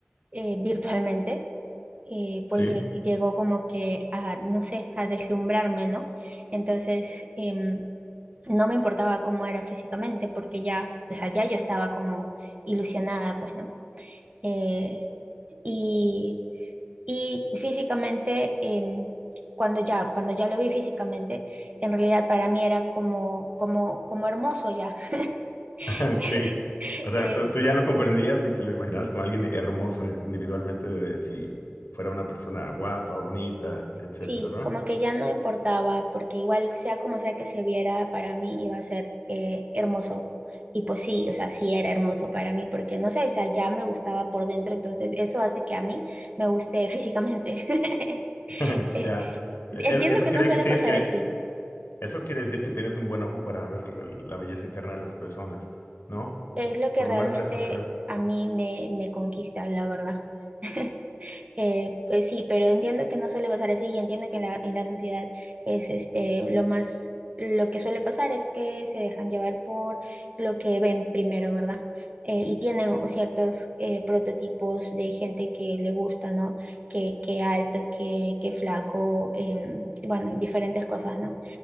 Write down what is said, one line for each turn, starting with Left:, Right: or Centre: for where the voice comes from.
Right: eh, virtualmente. eh, pues
Left: Sí,
Right: lle- llegó como que a, no sé, a deslumbrarme, ¿no? Entonces, em, no me importaba cómo era físicamente, porque ya, o sea, ya yo estaba como ilusionada, pues, ¿no? Eh, y, y físicamente, em, cuando ya, cuando ya lo vi físicamente, en realidad para mí era como, como, como hermoso ya. <laughs>
Left: <laughs> sí. O sea,
Right: Eh,
Left: tú, tú ya lo comprendías y te lo imaginabas como alguien hermoso eh, individualmente, de- si fuera una persona guapa, bonita, etcétera,
Right: Sí,
Left: ¿no?
Right: como que ya no importaba, porque igual sea como sea que se viera, para mí iba a ser eh, hermoso. Y pues sí, o sea, sí era hermoso para mí, porque no sé, o sea, ya me gustaba por dentro, entonces eso hace que a mí me guste físicamente. <laughs>
Left: <laughs>
Right: Eh,
Left: Ya.
Right: Entiendo
Left: E- e, Eso
Right: que
Left: quiere
Right: no suele
Left: decir
Right: pasar
Left: que,
Right: así,
Left: eso quiere decir que tienes un buen ojo para ver la belleza interna de las personas, ¿no?
Right: es lo que
Left: Por
Right: realmente
Left: lo menos eso creo.
Right: a mí me, me conquista, la verdad. <laughs> Eh, pues sí, pero entiendo que no suele pasar así y entiendo que en la, en la sociedad es este lo más, lo que suele pasar es que se dejan llevar por lo que ven primero, ¿verdad? Eh, y tienen ciertos eh, prototipos de gente que le gusta, ¿no? Que, que alto, que, que flaco, em, bueno, diferentes cosas, ¿no?